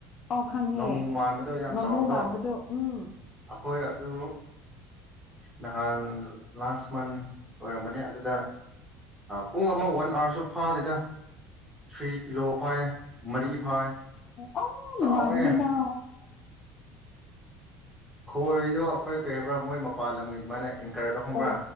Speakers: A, on the left; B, in the centre.
A: ꯑꯣ ꯈꯪꯉꯦ
B: ꯉꯥꯃꯨ ꯃꯥꯟꯕꯗꯣ ꯌꯥꯝ
A: ꯉꯥꯃꯨ
B: ꯆꯥꯎꯕꯗꯣ
A: ꯃꯥꯟꯕꯗꯣ
B: ꯑꯩꯈꯣꯏ
A: ꯎꯝ
B: ꯑꯗꯨ ꯅꯍꯥꯟ ꯂꯥꯁ ꯃꯟ ꯑꯣꯏꯔꯝꯕꯅꯦ ꯑꯗꯨꯗ ꯄꯨꯡ ꯑꯃ ꯋꯥꯟ ꯑꯥꯋꯥꯔꯁꯨ ꯐꯥꯗꯦꯗ ꯊ꯭ꯔꯤ ꯀꯤꯂꯣ ꯐꯥꯏ ꯃꯔꯤ ꯐꯥꯏ
A: ꯑ ꯅꯨꯡꯉꯥꯏꯒꯅꯤꯗ
B: ꯆꯥꯎꯋꯦ ꯈꯣꯏꯗꯣ ꯑꯩꯈꯣꯏ ꯀꯔꯤ ꯍꯥꯏꯕ꯭ꯔꯥ ꯃꯣꯏ ꯃꯄꯥꯟ ꯂꯝꯒꯤ ꯑꯗꯨꯃꯥꯏꯅ ꯀꯔꯗꯣ ꯈꯪꯕ꯭ꯔꯥ
A: ꯑꯣ